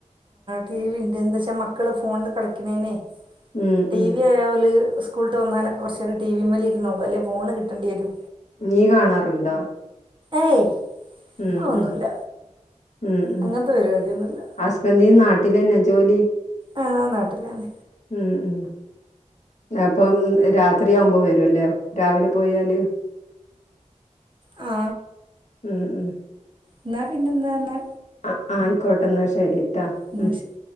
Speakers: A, on the right; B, on the left.
A: ടി വി എന്താ വച്ചാ മക്കള് ഫോണില് കളിക്കണേനെ
B: ഉം
A: ടി
B: ഉം
A: വി ഉള്ളില് സ്കൂളട്ട് വന്നാലൊക്കെ കൊറച്ച് നേരെ ടി വിമ്മല് ഇരുന്നു അലേ ഫോണ് കിട്ടണ്ടിവരും
B: നീ കാണാറുണ്ടാ
A: ഏയ്
B: ഉം
A: അതൊന്നുമില്ല
B: ഉം ഉം ഉം
A: അങ്ങനത്തെ പരിപാടിയൊന്നുമില്ല
B: ഹസ്ബൻറ നാട്ടിലന്നെ ജോലി
A: ആ നാട്ടിലാണ്
B: ഉം ഉ അപ്പം രാത്രിയാവുമ്പോൾ വരുംല്ലേ രാവിലെ പോയാല്
A: ആ
B: ഉം ഉം
A: എന്നാ പിന്നെന്താാ
B: ആ ആയിക്കോട്ടെന്നാ ശരിട്ടാ
A: എന്നാൽ
B: ഉം
A: ശരി